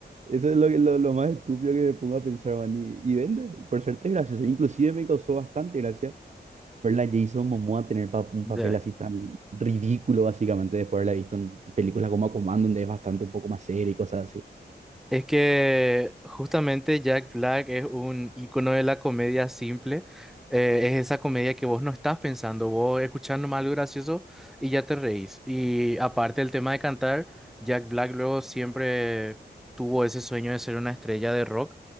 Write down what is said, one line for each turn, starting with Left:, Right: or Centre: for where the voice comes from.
Right: Eso es lo, que- lo, lo más estúpido que me pongo a pensar, man. Y, y vende, por suerte es gracioso. Inclusive me causó bastante gracia ver a Jason Momoa tener pa- un
Centre: Ya.
Right: papel así tan ridículo, básicamente, después de haberla visto en películas como Command, donde es bastante un poco más serio y cosas así.
Centre: Es que justamente Jack Black es un icono de la comedia simple. Eh, es esa comedia que vos no estás pensando, vos escuchás nomás algo gracioso y ya te reís. Y aparte del tema de cantar, Jack Black luego siempre tuvo ese sueño de ser una estrella de rock